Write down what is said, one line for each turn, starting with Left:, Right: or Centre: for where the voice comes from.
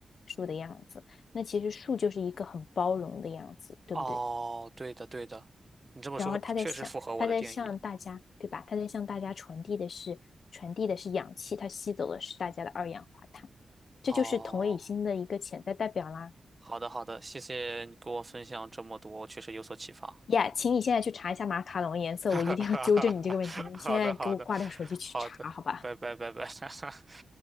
Left: 树的样子。那其实树就是一个很包容的样子，对不对？
Right: 哦，对的对的，你这么说确实符合我的定义。
Left: 然后它在向它在向大家，对吧？它在向大家传递的是传递的是氧气，它吸走的是大家的二氧化碳，这就是同理心的一个潜在代表啦。
Right: 哦，好的好的，谢谢你给我分享这么多，确实有所启发。
Left: 呀 yeah, 请你现在去查一下马卡龙颜色，我一定要纠正你这个问题。
Right: <laughs> 哈哈哈，
Left: 你现在给我挂掉手机去查，
Right: 好的，好的，好的，
Left: 好吧？
Right: 拜拜，拜拜。<laughs>